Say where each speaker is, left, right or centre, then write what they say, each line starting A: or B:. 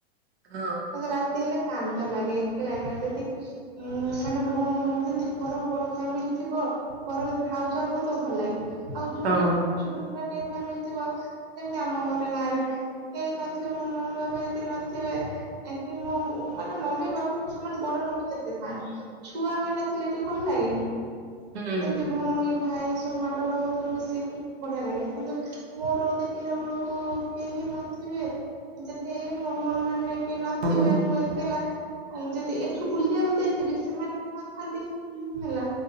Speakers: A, on the right; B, on the right.
A: ହଁ
B: ମ ରାତି ହେଲା କାନ୍ଦ ଲାଗେ ଏକେଳା ଯଦି ଉଁ ମାନେଉ ଯେମତି ଘର ଫ୍ୟାମିଲି ଥିବ ଘର ଭିତରେ ହାଉ ଯାଉ ହଉତ ଭଲ ଲାଗିବ। ଆଉ ଯୋଉଠି
A: ହଁ
B: ଛୋଟ ଟିକେ ଫ୍ୟାମିଲି ଥିବ ସେମିତି ଆମ ଘରେ ଗାଁ ରେ କେହି ନଥିବେ ମୋ ମମି ବାପା ଯଦି ନଥିବେ କି ମୋ ମାନେ ମମି ବାପା ସେମାନେ ବଡ ଲୋକ ଯେତେ ଥାନ୍ତି ଛୁଆ ମାନେ ଥିଲେ ଟିକେ ଭଲ ଲାଗେନି।
A: ହଁ ହୁଁ
B: ଯେମିତି ଭଉଣୀ ଭାଇ ସବୁ ମାଡଳ ହଉଥିବୁ ମିଶିକି ବଢିଆ ଲାଗେ। କିନ୍ତୁ ମୋର ଦେଖିଲା ବେଳକୁ କେହି ନଥିବେ ଯେଦି ମୋ ଭଉଣୀ ମାନେ କି ନଥିବେ
A: ହଁ
B: ମୁଁ ଏକଲା ଯଦି ଏଠୁ ବୁଲିବାକୁ ଯାଇଥିବେ ସେମାନେ ବି ନଥାନ୍ତି ହେଲା।